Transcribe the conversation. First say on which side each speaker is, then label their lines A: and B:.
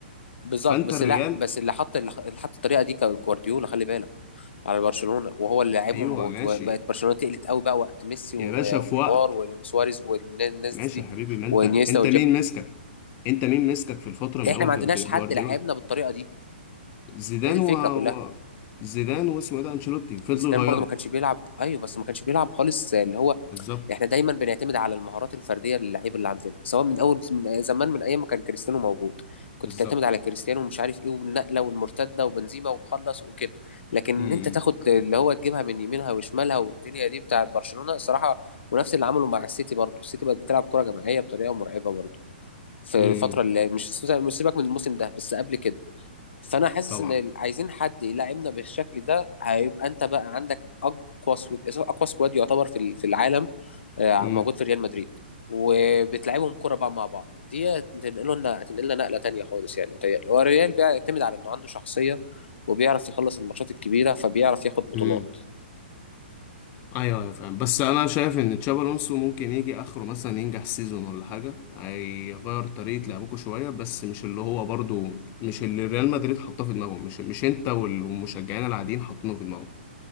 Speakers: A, on the left; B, on the left.
A: بالظبط
B: فانت
A: بس
B: الريال
A: لا بس اللي حط اللي حط الطريقه دي كان جوارديولا خلي بالك على برشلونة وهو اللي لعبهم
B: ايوه
A: وت-
B: ماشي
A: وبقت برشلونة تقلت قوي بقى وقت ميسي
B: يا
A: و-
B: باشا في
A: ونيمار
B: وقت
A: وسواريز والناس
B: ماشي
A: دي
B: يا حبيبي ما انت
A: وانيستا
B: انت
A: والجاب
B: مين ماسكك انت مين ماسكك في الفتره من
A: احنا
B: اول
A: ما
B: جاردي-
A: عندناش حد
B: جوارديولا
A: لعبنا بالطريقة دي
B: زيدان
A: هي دي
B: و...
A: الفكرة كلها
B: و... زيدان واسمه ايه ده انشيلوتي فضلوا
A: زيدان
B: يغيروا
A: برضه ما كانش بيلعب ايوه بس ما كانش بيلعب خالص اللي هو
B: بالظبط
A: احنا دايما بنعتمد على المهارات الفرديه للعيب اللي عندنا سواء من اول من زمان من ايام ما كان كريستيانو موجود كنت
B: بالظبط
A: تعتمد على كريستيانو ومش عارف ايه والنقله والمرتده وبنزيما وخلص وكده لكن ان
B: امم
A: انت
B: امم
A: تاخد اللي هو تجيبها من يمينها وشمالها والدنيا دي بتاعت برشلونه الصراحه ونفس اللي عمله مع السيتي برضو السيتي بقت بتلعب كره جماعيه بطريقه مرعبه برضو في
B: إمم،
A: الفتره
B: إمم.
A: اللي مش مش سيبك من الموسم ده بس قبل كده فانا حاسس
B: طبعا
A: ان ال- عايزين حد يلعبنا بالشكل ده هيبقى انت بقى عندك اقوى سكواد اقوى سكواد يعتبر في ال- في العالم آه،
B: امم
A: موجود في ريال مدريد وبتلعبهم كرة بقى مع بعض دي هتنقله لنا هتنقلنا نقلة تانية خالص يعني متهيألي هو الريال بيعتمد على انه عنده شخصية وبيعرف يخلص الماتشات الكبيرة فبيعرف ياخد بطولات
B: امم ايوه ايوه فاهم بس انا شايف ان تشابي الونسو ممكن يجي اخره مثلا ينجح سيزون ولا حاجه هيغير طريقه لعبكم شويه بس مش اللي هو برضو مش اللي ريال مدريد حاطاه في دماغهم مش مش انت والمشجعين العاديين حاطينه في دماغهم